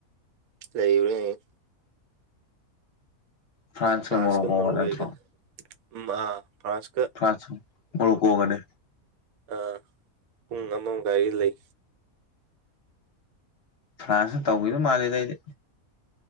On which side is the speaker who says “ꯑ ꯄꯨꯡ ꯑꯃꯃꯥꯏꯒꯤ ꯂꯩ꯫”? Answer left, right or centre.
Right